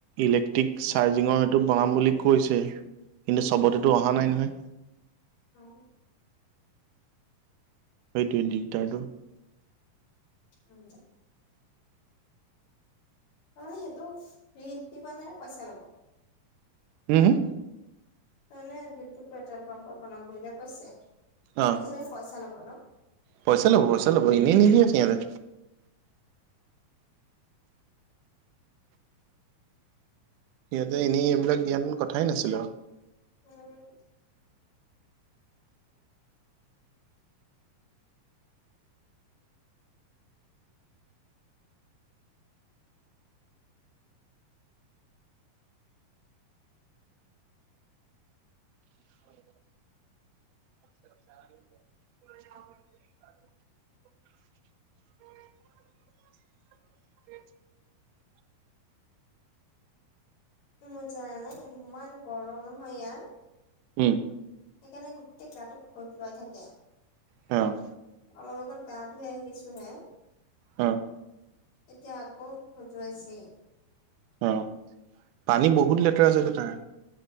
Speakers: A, on the right (about 80°); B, on the left (about 80°).
A: ইলেক্ট্ৰিক চাৰ্জিঙৰ সেইটো বহাম বুলি কৈছে। কিন্তু চবতেতো
B: উম
A: অহা নাই নহয়।
B: অ',
A: সেইটোৱেই দিগদাৰটো।
B: উম, তাৰমানে সেইটো ফ্ৰীত দিব নে পইচা ল'ব?
A: হুম, হুম?
B: তাৰমানে যোনটো পেট্ৰল পাম্পত বনাম বুলিয়ে কৈছে সেইটো
A: অ
B: চাগে পইচা লব ন?
A: পইচা ল'ব, পইচা ল'ব এনেই নিদিয়ে সিহঁতে। সিহঁতে এনেই এইবিলাক দিয়া হেঁতেন কথাই নাছিলে আৰু।
B: উম
A: <inaudible> <inaudible> <inaudible>
B: মোৰ জানা নে ইমান গৰম নহয় ইয়াত।
A: উম,
B: সেইকাৰণে গোটেই গাটো খজুৱাই থাকে।
A: অ',
B: অলপ অগত গা ধুই আহিছোঁ হে।
A: অ',
B: এতিয়া আকৌ খজুৱাইছে।
A: অ' পানী বহুত লেতেৰা আছেগে তাৰ।